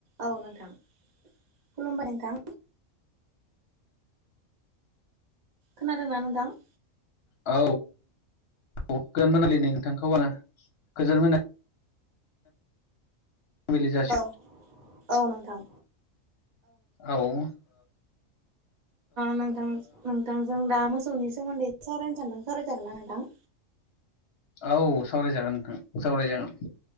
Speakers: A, on the right; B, on the left.
A: औ नोंथां खुलुमबाय नोंथां। खोनादों ना नोंथां?
B: औ गोजोन मोनाबिलिनि नोंथांखौ आङो गोजोन मोना मोनाबिलि जासि
A: औ औ नोंथां
B: औ ओ
A: नोंथां नोंथांजों दा मोसौनि सोमोन्दै सावरायनो सानदों सावराय जागोन ना नोंथां?
B: औ सावरायजागोन नोंथां सावरायजागोन।